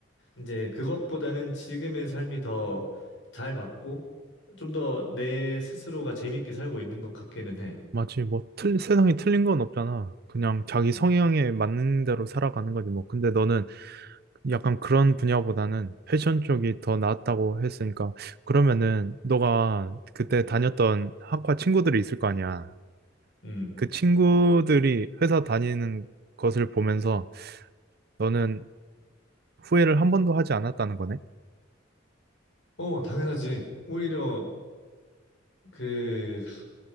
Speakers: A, on the left; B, on the right.
A: 이제, 그것보다는 지금의 삶이 더 잘 맞고, 좀 더 내 스스로가 재밌게 살고 있는 것 같기는 해.
B: 마치 뭐 틀, 세상에 틀린 건 없잖아. 그냥 자기
A: 음,
B: 성향에 맞는 대로 살아가는 거지, 뭐. 근데 너는 약간 그런 분야보다는 패션 쪽이 더 나았다고 했으니까 그러면은 너가 그때 다녔던 학과 친구들이 있을 거 아니야.
A: 음.
B: 그 친구들이 회사 다니는 것을 보면서 너는 후회를 한 번도 하지 않았다는 거네.
A: 어, 당연하지. 오히려, 그,